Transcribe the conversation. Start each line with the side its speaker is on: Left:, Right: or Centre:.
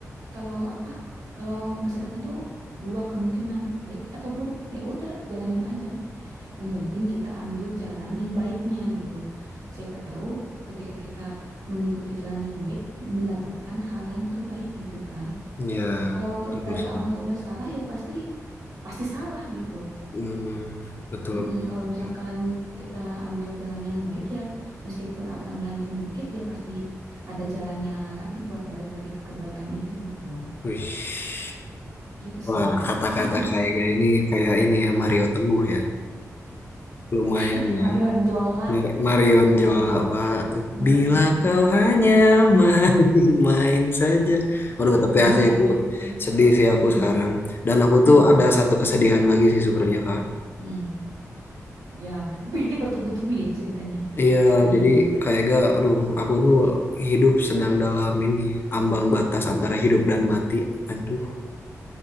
Right: kalau apa kalau masa depan tuh dua kemungkinan baik atau buruk ya udah jalanin aja. Yang penting kita ambil jalan yang baiknya gitu. Siapa tahu ketika kita mengikuti jalan yang baik mendapatkan hal yang terbaik gitu kan.
Left: Ya,
Right: Kalau
Left: betul
Right: dari
Left: sih.
Right: awalnya udah salah ya pasti pasti salah gitu.
Left: Hmm, betul,
Right: Mm-mm,
Left: betul,
Right: kalau
Left: betul.
Right: misalkan kita ambil jalan yang baik ya, meskipun agak melenceng dikit, ya pasti ada jalannya lagi buat balik lagi ke kebaikan itu gitu.
Left: Wih.
Right: Gitu
Left: Wah,
Right: sih.
Left: kata-kata
Right: Iya,
Left: kayak gini kayak ini ya Mario Teguh ya. Lumayan
Right: <laughs>
Left: ya.
Right: Marion Jola
Left: Yang kayak Marion Jawa
Right: cocok.
Left: tuh.
Right: Mm-mm.
Left: Bila kau hanya main-main saja. aduh tapi
Right: Iya
Left: AC itu
Right: gitu.
Left: sedih sih
Right: Mm-mm,
Left: aku sekarang. Dan aku
Right: mm-mm,
Left: tuh ada satu kesedihan lagi sih sebenarnya, Kak.
Right: mm. Ya, Wih, ini bertubi-tubi ya ceritanya.
Left: Iya,
Right: Sedihnya
Left: jadi
Right: nih.
Left: kayak gak, aduh, aku tuh hidup sedang dalam ini, ambang batas antara hidup dan mati. Aduh,